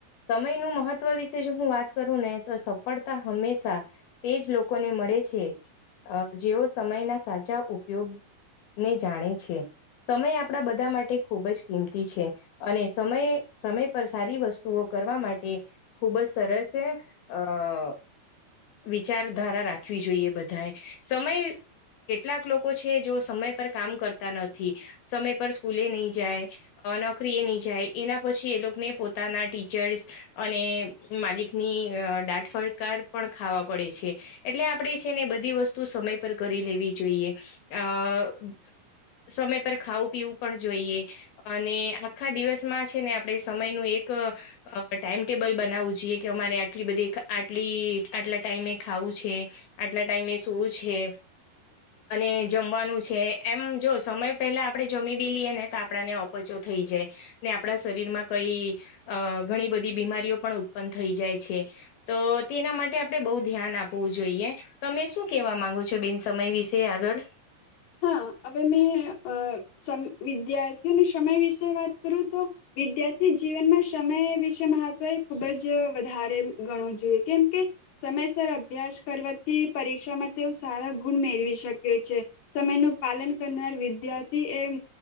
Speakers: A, on the left; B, on the left.
A: સમયનું મહત્વ વિશે જો હું વાત કરું ને તો સફળતા હંમેશા તે જ લોકોને મળે છે જેઓ સમયના સાચા ઉપયોગ ને જાણે છે સમય આપણા બધા માટે ખૂબ જ કિંમતી છે અને સમય સમય પર સારી વસ્તુઓ કરવા માટે ખુબ જ સરસ છે <unintelligible> વિચારધારા રાખવી જોઈએ બધાએ સમય કેટલાક લોકો છે જો સમય પર કામ કરતા નથી સમય પર <unintelligible> નહી જાય અ નોકરી એ નહી જાય એના પછી એ લોકોને પોતાના <unintelligible> અને માલિકની દાટફડકાર પણ ખાવા પડે છે એટલે આપણે છે ને બધી વસ્તુ સમય પર કરી લેવી જોઈએ <unintelligible> સમય પર ખાવું પીવું પણ જોઈએ અને આખા દિવસમાં છે ને આપડણે સમય ન એક ટાઈમ ટેબલ બનાવવું જોઈએ કે અમારે આટલી બધી આટલી આટલા ટાઈમે ખાવું છે આટલા ટાઈમે <unintelligible> છે અને જમવાનું છે એમ જો સમય પહેલા <unintelligible> જમી બી લઈએ ને તો આપણાને <unintelligible> થઈ જાય ને આપણા શરીર માં કઈ અ ઘણી બધી બીમારીઓ પણ ઉત્પન્ન થઈ જાય છે તો તેના <inaudible> આપણે બહુ ધ્યાન આપવું જોઈએ તમે શું કેવા માંગો છો બિન સમય વિશે આગળ
B: હા હવે મેં <unintelligible> વિદ્યાર્થીઓને સમય વિશે વાત કરું તો વિદ્યાર્થી જીવનમાં સમય વિશે મહત્વ એ ખૂબ જ વધારે ગણવું જોઈએ કેમ કે સમયસર અભ્યાસ કરવાથી પરીક્ષામાં તેઓ સારા ગુણ મેળવી શકે છે સમય નું પાલન કરનાર વિદ્યાર્થી એમ